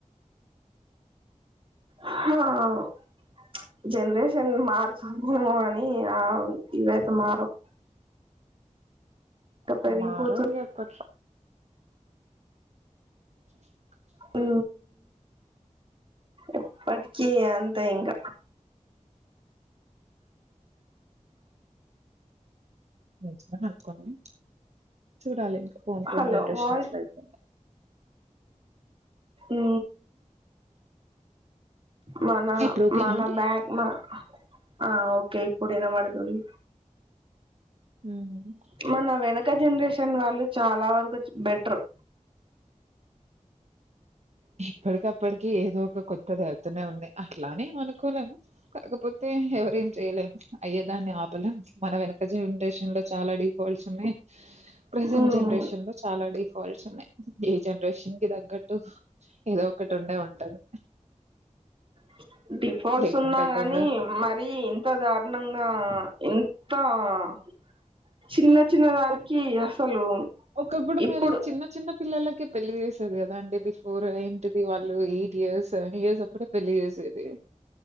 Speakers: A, on the right; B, on the right.
A: ఆ చ్ జనరేషన్ మారుతుందేమో, అని ఆ ఇవైతే మారవ్. పెరిగిపోతు
B: మారో ఏ పష్ చిక్ చిక్
A: హు, ఎప్పటికి అంతే ఇంగ
B: తెచ్చుకొన్ అనుకోన్నా చూడాలి ఇంకా పోన్ పోన్
A: హలో
B: జనరేషన్
A: వాయ్
B: ఎట్లా అయితు
A: ఉ మన
B: ఇప్పుడు ఓకేనా
A: మన
B: అండి
A: బ్యాగ్ మా ఆ ఓకే ఇప్పుడు ఇనబడుతుంది.
B: ఉమ్
A: మన వెనక్ ఒక్క జనరేషన్ వాళ్ళు చాలా వరకచ్ బెట్ర్ ర్
B: చీప్ ఇప్పటికప్పటికి ఏదో ఒక కొత్తదివత్తునే ఉంది. అట్లానేం అనుకోలేము. కాకపోతే ఎవరేం చేయలేం. అయ్యే దాన్ని ఆపలేం, మన వెనక జనరేషన్ లో చాలాడి. ఫోల్ సున్నాయ్ ప్రెసెంట్
A: ఉమ్
B: జనరేషన్ లో చాలా డిఫాల్ట్స్ ఉన్నాయి ఈ జనరేషన్ కి తగ్గట్టు ఏదో ఒకటి ఉండే ఉంటది
A: కీ క్ డిఫాల్ట్స్
B: లేకుంటే
A: ఉన్నా
B: అయితే
A: గాని
B: ఉండ
A: మరీ ఇంత దారుణంగా ఇంత ఆ చిన్న చిన్న దానికి
B: ఓక్
A: అసలు
B: ఒకప్పుడు
A: ఇప్పుడు
B: మరి చిన్న చిన్న పిల్లలకి పెళ్ళి చేసి తది కదా అండి బిఫోర్ ఏంటిది వాళ్ళు ఇప్ టియర్స్ సెవన్ ఇయర్స్ అప్పుడే పెళ్లి చేసేది